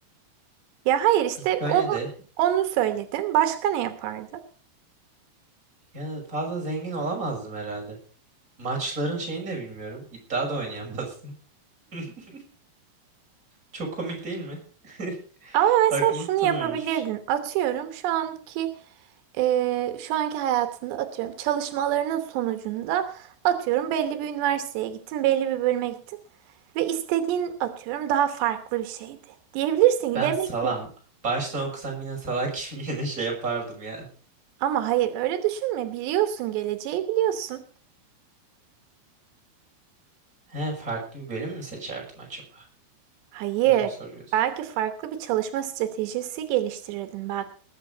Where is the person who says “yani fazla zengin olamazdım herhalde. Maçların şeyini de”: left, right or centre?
Right